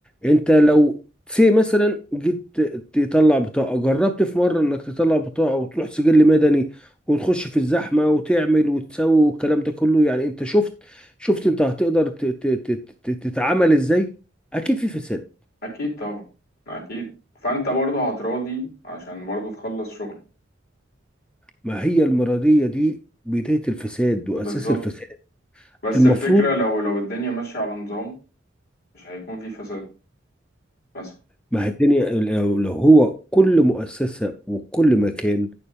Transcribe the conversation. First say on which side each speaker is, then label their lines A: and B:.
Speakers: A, in the centre; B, on the left.
A: انت لو سي مثلا جيت تطلع بطاقة جربت في مرة انك تطلع بطاقة وتروح سجل مدني وتخش في الزحمة وتعمل وتسوي والكلام ده كله يعني انت شفت شفت انت هتقدر ت- ت- ت- ت- تتعامل ازاي اكيد في فساد
B: أكيد طبعا أكيد فأنت برضه هتراضي عشان برضه تخلص شغل
A: ما هي المرضية دي بداية الفساد واساس
B: بالظبط
A: الفساد
B: بس
A: المفروض
B: الفكرة لو لو الدنيا ماشية على نظام مش هيكون في فساد مثلا
A: ما هي الدنيا لو لو هو كل مؤسسة وكل مكان